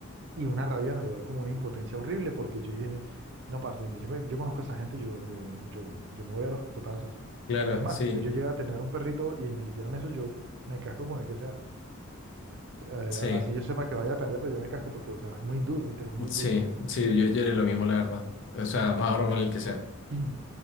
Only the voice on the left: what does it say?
Claro,
sí,
sí,
sí,
sí, yo, yo haré lo mismo, la verdad. O sea, me agarro con el que sea,